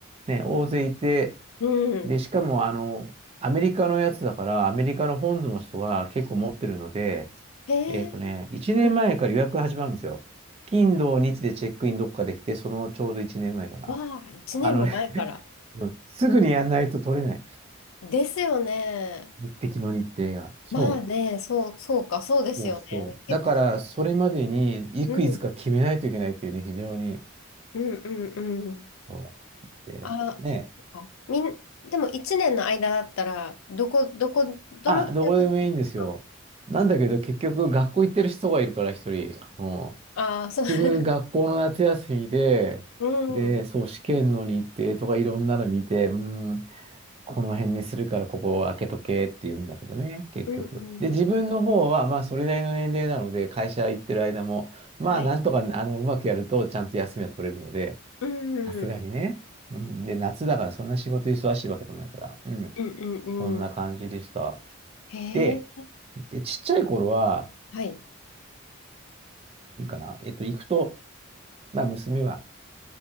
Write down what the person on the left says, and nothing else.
うん。
へえ、
うん。
わあ、一年も前から。
ですよね。
まあね、そう、そうか、そうですよね。
結構。
うん、
うん、うん、うん。
あ、
そっかみん、でも一年の間だったら、どこ、どこ、どの期間でも一週間。
ああ、そう。<laughs>
うん。
うんうんうん。
はい。
うん。
うん
うんうん。
へえ。
はい。